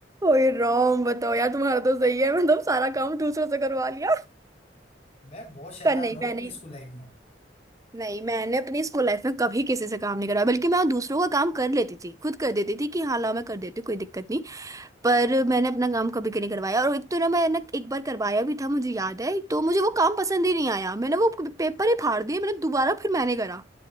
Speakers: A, on the right (about 20°); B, on the left (about 35°).
A: ओए राम बताओ यार तुम्हारा तो सही है मतलब सारा काम दूसरों से करवा लिया
B: मैं बहुत शैतान
A: पर नहीं
B: रहा हूँ
A: मैंने
B: अपनी स्कूल लाइफ में
A: नहीं मैंने अपनी स्कूल लाइफ में कभी किसी से काम नहीं कराया बल्कि मैं दूसरों का काम कर लेती थी खुद कर देती थी कि हाँ लाओ मैं कर देती हूँ, कोई दिक्कत नहीं पर मैंने अपना काम कभी नहीं करवाया और एक तो ना मैं ना एक बार करवाया भी था मुझे याद है तो मुझे वो काम पसंद ही नहीं आया मैंने वो पेपर ही फाड़ दिए मैंने दोबारा फिर मैंने करा